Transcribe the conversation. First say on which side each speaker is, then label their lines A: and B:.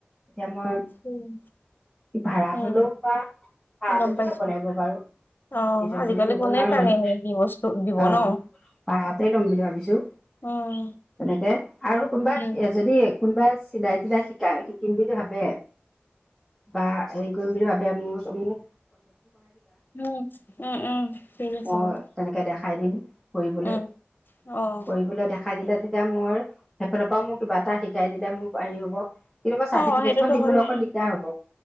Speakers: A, in the centre; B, on the left (about 55°).
A: এতিয়া মই
B: উম,
A: ভাড়াত
B: উম,
A: হলেও বা ভাড়াটো
B: গম পাইছো।
A: বনাব বাৰু,
B: অ',
A: নিজৰ
B: আজিকালি
A: বুলি লব
B: কোনে
A: নোৱাৰো
B: কানে
A: বাৰু
B: নিয়ে কি বস্তু দিব
A: অ
B: ন?
A: ভাড়াতে লম বুলি ভাবিছো
B: উম,
A: তেনেকে আৰু কোনোবা
B: উম,
A: যদি কোনোবাই চিলাই টিলাই শিকাই শিকিম বুলি ভাবে বা হেৰি কৰিম বুলি ভাবে মোৰ মোক
B: উম উম উম, ঠিক আছে
A: অ
B: বাৰু।
A: তেনেকে দেখাই দিম কৰিবলৈ
B: উম, অ',
A: কৰিবলৈ দেখাই দিলে যে যেতিয়া মই সেইফালৰ পৰাও মোক কিবা এটা শিকাই দিলে মোৰ পাৰি হ'ব কেতিয়াবা চাৰ্টিফিকেট
B: অ', সেইটোতো
A: খন দিবলৈ
B: হয়,
A: অকণ দিগদাৰ হ'ব